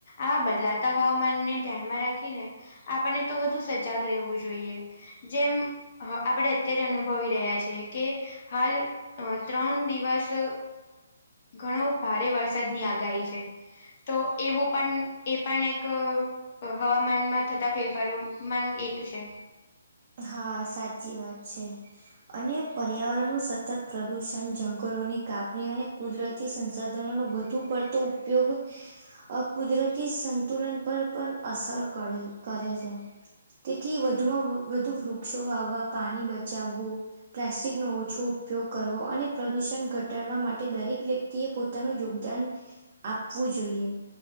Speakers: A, on the left; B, on the right.
A: આ બદલા તા હવામાનને ધ્યાનમાં રાખીને આપનને તો વધુ સજાગ રહેવું જોઈએ. જેમ હ આપડે અત્યારે અનુભવી રહ્યા છે કે હાલ અ ત્રણ દિવસ અ ઘણું ભારે વરસાદની આગાહી છે, તો એવું પણ એ પણ એક એક હવામાનમાં થતા ફેરફારોમાંનું એક છે.
B: હા સાચી વાત છે. અને પર્યાવરણનું સતત પ્રદુષણ, જંગલોની કાપણી અને કુદરત થી સંસાધનોનો વધુ પડતો ઉપયોગ અ કુદરતી સંતુલન પર પણ અસર કર કરે છે, તેથી વધુમાં વધુ વૃક્ષો વાવા પાણી બચાવવું, પ્લાસ્ટિકનો ઓછો ઉપયોગ કરવો અને પ્રદુષણ ઘટાડવા માટે દરેક વ્યક્તિ યતિ એ પોતાનું યોગદાન આપવું જોઈએ.